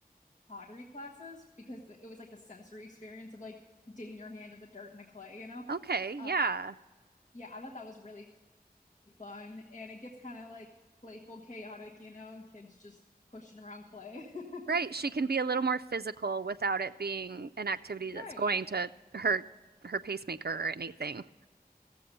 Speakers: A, on the left; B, on the right.
A: pottery classes because it was like the sensory experience of like digging your hand in the dirt and the clay, you know?
B: Okay, yeah.
A: Uh yeah, I thought that was really fun and it gets kind of like playful, chaotic, you know, kids just pushing around clay. <laughs>
B: Right. She can be a little more physical without it being an activity
A: Right.
B: that's going to hurt her pacemaker or anything.